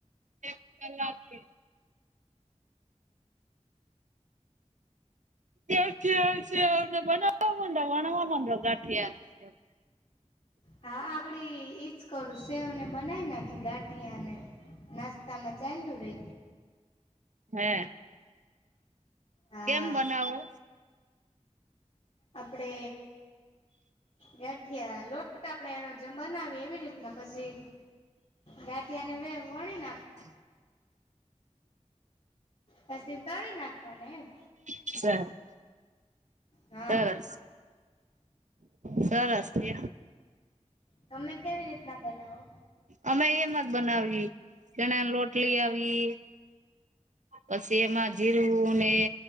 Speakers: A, on the right; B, on the left.
A: એક કલાકે. તે જ દિવસે આવને, બનાવા માંડો, વણવા માંડો ગાઠિયા.
B: હા, આગળ ઈજ કરું. સેવને બનાવી નાખી ગાઠિયાને નાસ્તામાં ચાલ્યું રહે.
A: હે.
B: હા
A: કેમ બનાવો?
B: આપણે ગાઠિયા લોટ આપણે એનો જેમ બનાવીએ, એવી રીતના પછી ગાઠિયાને મે વણી નાખ
A: <inaudible>
B: પછી તળી નાખવાને એમ
A: સરસ,
B: હા
A: સરસ. સરસ
B: હા
A: કે.
B: તમે કેવી રીતના બનાવો?
A: અમે એમ જ બનાવીએ, ચણાનો લોટ લઈ આવીએ. પછી એમાં જીરું ને